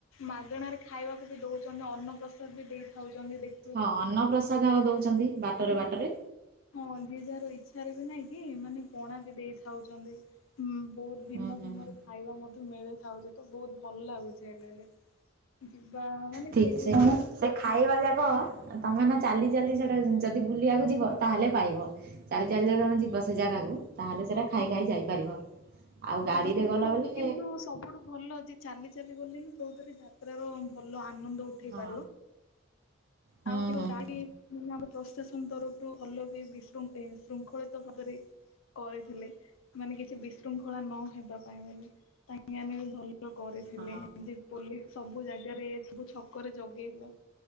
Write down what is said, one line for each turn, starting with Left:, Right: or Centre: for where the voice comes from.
Left: ମାଗଣ ରେ ଖାଇବାକୁ ବି ଦଉଛନ୍ତି ଅନ୍ନ ପ୍ରସାଦ ବି ଦେଇଥାଉଛନ୍ତି ଦେଖ
Right: ହଁ ଅନ୍ନପ୍ରସାଦ ଦଉଛନ୍ତି ବାଟରେ ବାଟରେ।
Left: ହଁ ଯିଏ ଯାହାର ଇଚ୍ଛାରେ ବି ନାଇଁ କି ମାନେ ପଣା ବି ଦେଇଥାଉଛନ୍ତି। ହୁଁ ବହୁତ ଭିନ୍ନ
Right: ହୁଁ ହୁଁ
Left: ଭିନ୍ନ
Right: ହୁଁ
Left: ର ଖାଇବା ମଧ୍ୟ ମିଳିଥାଉଛି ତ ବହୁତ ଭଲ ଲାଗୁଛି ହେଲେ ହେଲେ। ଯିବା ମାନେ
Right: ଠିକ୍
Left: ସେଇ
Right: ସେ
Left: ମା
Right: ସେ ଖାଇବା
Left: ମା
Right: ଯାକ ତମେ ନା ଚାଲି ଚାଲି ସେଟା ଯଦି ବୁଲିବାକୁ ଯିବ ତାହେଲେ ପାଇବ। ଚାଲି ଚାଲି ଯଦି ତମେ ଯିବ ସେ ଜାଗାକୁ ତାହଲେ ସେଟା ଖାଇ
Left: ହୁଁ
Right: ଖାଇ ଯାଇପାରିବ ଆଉ ଗାଡ଼ିରେ
Left: ତା ସହିତ
Right: ଗଲବଲେ
Left: କିନ୍ତୁ ସବୁଠୁ ଭଲ ଯେ ଚାଲି ଚାଲି ଗଲେ ହିଁ କୋଉଥିରେ ଯାତ୍ରାର ଭଲ ଆନନ୍ଦ ଉଠେଇ
Right: ହଁ
Left: ପାରିବ -
Right: ହୁଁ
Left: ଆଉ
Right: ହୁଁ ହୁଁ
Left: <inaudible> ନ ଆମେ ପ୍ରଶାସନ ତରଫରୁ ଭଲ ବି ବିଶୃଖ ଶୃଙ୍ଖଳିତ ଭାବରେ କରିଥିଲେ ମାନେ କିଛି ବିଶୃଙ୍ଖଳା ନହବା ପାଇଁ ବୋଲେ କାହିଁକି ଆମେ ବି ଭଲ କରିଥିଲେ
Right: ହଁ
Left: ଯେ ପୋଲିସ ସବୁ ଜାଗାରେ ସବୁ ଛକରେ ଜଗେଇଥିଲା।